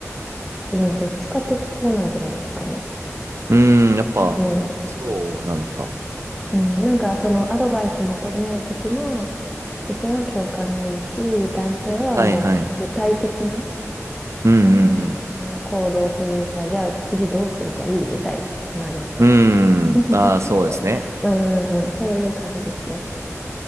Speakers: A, in the centre; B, on the right.
A: でもどっちかっていうとそうなんじゃないですかね。
B: うーん、やっぱ、
A: うん。
B: そうなのか。
A: うん、なんかそのアドバイス求めるときも、女性は共感がいいし、男性はもう具体的な、
B: はいはい。うんうん
A: あの、行動というか、じゃあ次どうすればいいみたいな、なるというかね。
B: うん。
A: <laughs>
B: うーん、ああ、そうですね。
A: うん、そういう感じですよね。